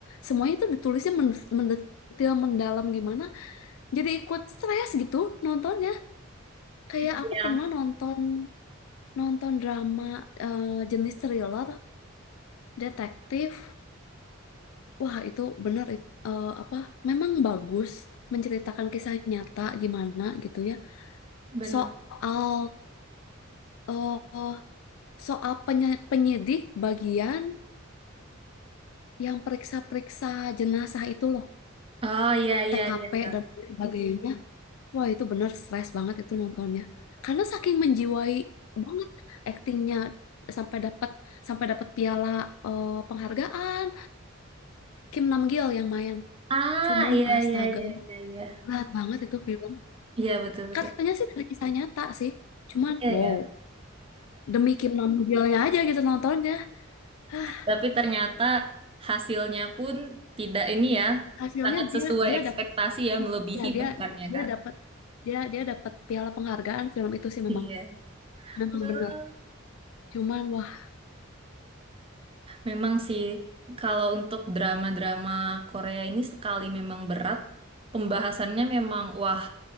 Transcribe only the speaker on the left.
semuanya itu ditulisnya men- mendetil, mendalam gimana. Jadi ikut stres gitu nontonnya. Kayak
aku pernah nonton nonton drama eh, jenis thriller, detektif. Wah, itu bener it- eh, apa? Memang bagus menceritakan kisah nyata gimana gitu ya.
Soal eh, soal penye- penyidik bagian yang periksa-periksa jenazah itu loh.
TKP
dan sebagainya. Wah, itu bener stres banget itu nontonnya. Karena saking menjiwai banget aktingnya sampai dapat sampai dapat piala eh, penghargaan. Kim Namgil yang main.
Cuman
astaga,
berat banget itu film.
Katanya sih dari kisah nyata sih. Cuman
wow,
demi Kim Namgilnya aja gitu nontonnya. Hah,
hasilnya
dia
dia
dapat
ya dia
dia
dapat dia dia dapat piala penghargaan film itu sih memang
memang
benar. Cuman wah,